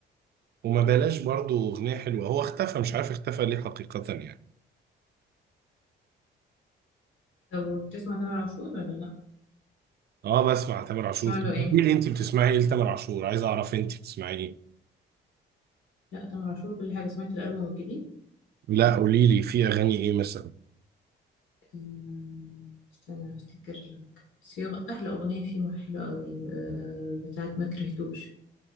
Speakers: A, on the right; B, on the left.
A: وما بلاش برضه اغنيه حلوه هو اختفى مش عارف اختفى ليه حقيقه يعني
B: طب وبتسمع تامر عاشور ولا لا
A: اه بسمع تامر عاشور
B: تسمع
A: طب
B: له ايه
A: قولي لي انت بتسمعي ايه لتامر عاشور عايز اعرف انت بتسمعي ايه
B: لا تامر عاشور كل حاجه سمعت الالبوم الجديد
A: لا قولي لي في اغاني ايه مثلا
B: أمم، استنى افتكر لك بس في أغ- احلى اغنيه فيه حلوه قوي آه، بتاعت ما كرهتوش